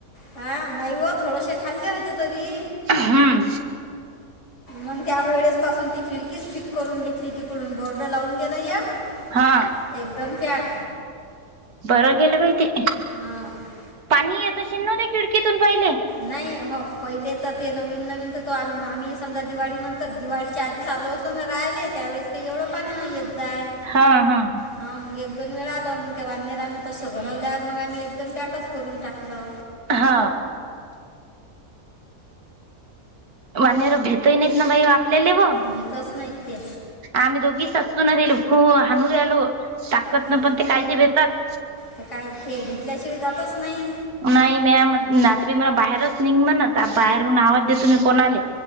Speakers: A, on the left (about 50°); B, on the right (about 80°).
A: हा नाही व थोडेसे खाल्ले होते तरी
B: हम्म
A: मग त्या वेळेस पासून ती खिडकीच फिट करून घेतली तिकडून बोर्ड लावून दिल एक
B: हा
A: एकदम पॅक
B: बरं केलं बाई ते
A: <inaudible>
B: पाणी येत अशील न खिडकीतून पाहिले
A: नाही हो पहिले तर ते नवीन नवीन तर तो आम्ही समजा दिवाळी नंतर दिवाळीच्या आधीच आचालो होतो राहिले त्यावेळेस काही एवढं पाणी नाही येत जाय
B: हा हा
A: हा मग एक दोन वेळा आलं मग त्या वाननेरांना तसं घडवल्यावर मग आम्ही एकदम पॅकच करून टाकलं
B: हा वनर भेेतोय नाहीत ना बाई आपपल्यालेव
A: घेतच नाहीत ते
B: आम्ही दोघी सासू न दिलो खू हणू आलो ताकत
A: हां
B: ना पण ते काहीचे भेतात
A: ते काय ते घेतल्याशिवाय जातच नाही
B: नाही म रात्री मला बाहेरच निघ म्हणं बाहेरून आवाज देतो मी कोण आले